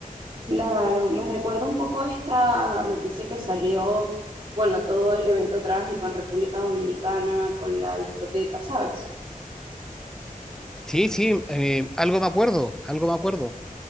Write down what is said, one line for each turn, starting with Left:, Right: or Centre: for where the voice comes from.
Right: claro. Me recuerda un poco esta noticia que salió, bueno, todo el evento trágico en República Dominicana con la discoteca, ¿sabes?
Centre: Sí, sí, eh, algo me acuerdo, algo me acuerdo.